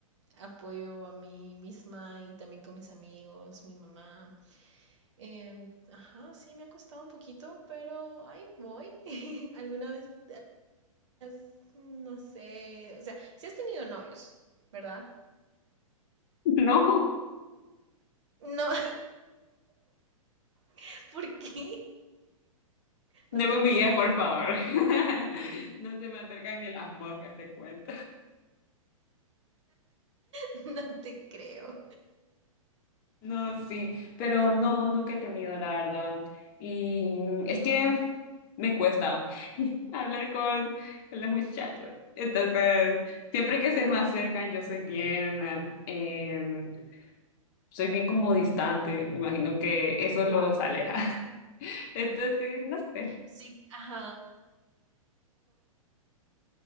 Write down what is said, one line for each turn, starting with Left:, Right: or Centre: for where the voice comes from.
Right: apoyo a mí misma y también con mis amigos, mi mamá. Em, ajá, sí, me ha costado un poquito, pero ahí voy. <laughs> ¿Alguna vez has, no sé, o sea, sí has tenido novios, ¿verdad?
Left: <laughs> No.
Right: No, <laughs> ¿por qué? No
Left: No
Right: te,
Left: me humilles, por favor. <laughs> No se me acercan ni las moscas, te cuento.
Right: <laughs> no te creo.
Left: No, sí, pero no, nunca he tenido, la verdad. Y
Right: Ujú.
Left: es que me cuesta <laughs> hablar con, con los muchachos. Entonces, siempre que se me acercan, yo soy bien, eh, soy bien como distante. Imagino que eso los aleja. <laughs> Entonces, no sé.
Right: Sí, ajá.